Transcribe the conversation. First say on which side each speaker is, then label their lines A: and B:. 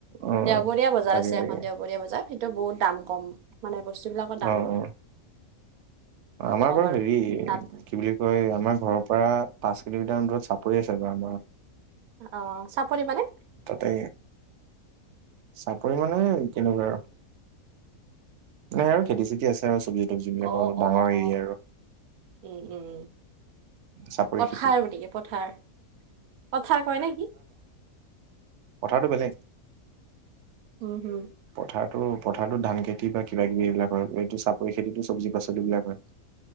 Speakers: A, on the right (about 65°); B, on the right (about 85°).
A: অ
B: দেওবৰীয়া বজাৰ
A: তাকে
B: আছে
A: তাকে
B: এখন দেওবৰীয়া বজাৰ, সেইটো বহুত দাম কম মানে বস্তু বিলাকৰ দাম।
A: অ অ
B: বহুত
A: আমাৰ
B: কম
A: বাৰু
B: আৰু
A: হেৰি
B: তাত
A: কি বুলি কয় আমাৰ ঘৰৰ পৰা পাঁচ কিলোমিটাৰ দূৰত চাপৰি আছে বাৰু আমাৰ।
B: অ' চাপৰি মানে?
A: তাতে চাপৰি মানে কেনেকুৱা আৰু নাই আৰু খেতি চেতি আছে আৰু চব্জি তবজি বিলাকৰ
B: অ
A: অলপ
B: অ
A: ডাঙৰ এৰিয়া
B: অ
A: আৰু।
B: উম, উম
A: চাপৰি
B: পথাৰ
A: খেতি
B: গতিকে পথাৰ। পথাৰ কয় নে কি?
A: পথাৰ টো বেলেগ।
B: উম, হুম।
A: পথাৰতো পথাৰতো ধান খেতি বা কিবা কিবি এইবিলাক হয় এইটো চাপৰি খেতিতো চব্জি পাচলিবিলাক হয়।